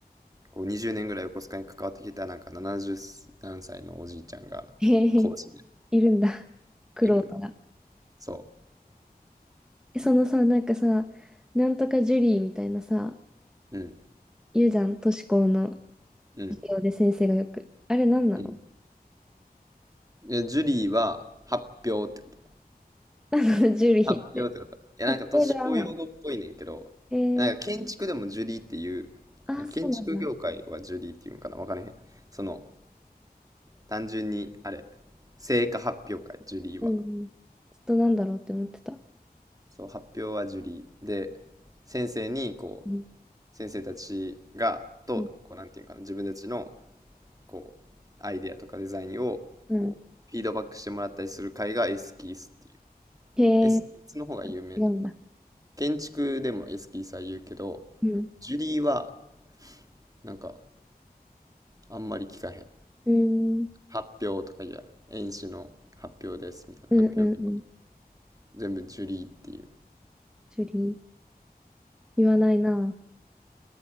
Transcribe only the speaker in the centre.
へえ。いるんだ。<laughs> 玄人が。
そのさ、なんかさ、なんとかジュリーみたいなさ、
言うじゃん、都市高の
授業で先生がよく。あれなんなの
<laughs> あの、ジュリーって。
カプセルアなの。
えー、
ああ、そうなんだ。
うんうん。ちょっとなんだろうって思ってた。
うん
うん
うん
へえ、
違うんだ。
うん。
うん。
うんうんうん。
ジュリー。言わないな。